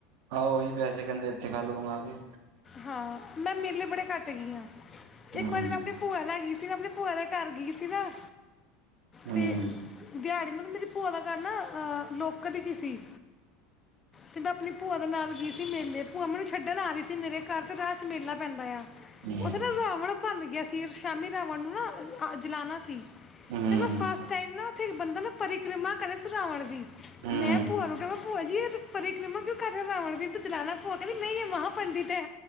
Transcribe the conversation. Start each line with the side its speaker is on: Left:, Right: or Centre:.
Right: ਹਾਂ ਉਹੀ ਪੈਸੇ ਕਹਦੇ ਇੱਥੇ ਖਾ ਲੋ ਮੰਗਾਵਾ ਕੇ
Left: ਹਾਂ ਮੈਂ ਮੇਲੇ ਬੜੇ ਘੱਟ ਗਈ ਆ, ਇੱਕ
Right: ਹੂੰ
Left: ਵਾਰੀ ਮੈਂ ਆਪਣੇ ਭੂਆ ਲੈ ਗਈ ਸੀ ਨਾ, ਮੇ ਆਪਣੇ ਭੂਆ ਦੇ ਘਰ ਗਈ ਸੀ ਨਾ
Right: ਹੂੰ
Left: ਤੇ
Right: ਹੂੰ
Left: ਦਿਹਾੜੀ ਮਤਲਬ ਮੇਰੀ ਭੂਆ ਦਾ ਘਰ ਨਾ ਅਹ ਲੋਕਲ ਹੀ ਚ ਸੀ। ਤੇ ਮੈਂ ਆਪਣੀ ਭੂਆ ਦੇ ਨਾਲ ਗਈ ਸੀ ਮੇਲੇ ਭੂਆ ਮੈਨੂੰ ਛੱਡਣ ਆ ਰਹੀ ਸੀ ਮੇਰੇ ਘਰ ਤੇ ਰਾਹ ਚ ਮੇਲਾ ਪੈਂਦਾ ਆ।
Right: ਹੂੰ
Left: ਉੱਥੇ ਨਾ ਰਾਵਣ ਬਣ ਗਿਆ ਸੀ, ਸ਼ਾਮੀ ਰਾਵਣ ਨੂੰ ਨਾ ਜਲਾਨਣਾ ਸੀ।
Right: ਹੂੰ
Left: ਤੇ ਮੈਂ ਫਸਟ ਟਮ ਨਾ ਉੱਥੇ ਇੱਕ ਬੰਦਾ ਨਾ ਪਰਿਕਰਮਾ ਕਰ ਸੀ ਰਾਵਣ ਦੀ
Right: ਹੂੰ
Left: ਮੈਂ ਭੂਆ ਨੂੰ ਕਿਹਾ ਭੂਆ ਜੀ ਇਹ ਤੇ ਪਰਿਕਰਮਾ ਕਿਉਂ ਕਰ ਰਾਵਣ ਦੀ ਚਲਾਣਾ ਭੂਆ ਕਹਦੀ ਨਹੀਂ ਇਹ ਮਹ ਪੰਡਿਤ ਐ।